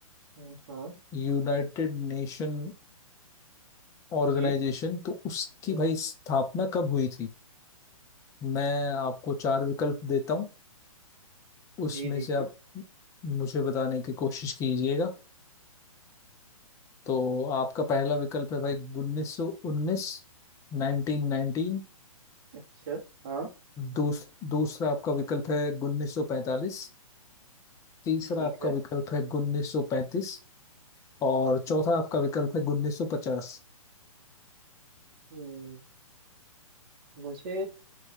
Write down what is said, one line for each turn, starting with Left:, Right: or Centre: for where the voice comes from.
Right: हम्म, हाँ
Left: यूनाइटेड नेशन ऑर्गेनाइजेशन
Right: जी
Left: तो उसकी
Right: हम्म,
Left: भाई स्थापना कब हुई थी मैं आपको चार विकल्प देता हूँ उसमें
Right: जी दीजिए
Left: से आप मुझे बताने की कोशिश कीजिएगा तो आपका पहला विकल्प है भाई उन्नीस सौ उन्नीस नाइनटीन नाइनटीन
Right: अच्छा हाँ
Left: दूस, दूसरा आपका विकल्प है उन्नीस सौ पैंतालीस तीसरा
Right: ठीक
Left: आपका
Right: है
Left: विकल्प है उन्नीस सौ पैंतीस और चौथा
Right: हम्म,
Left: आपका विकल्प है उन्नीस सौ पचास
Right: हम्म, मुझे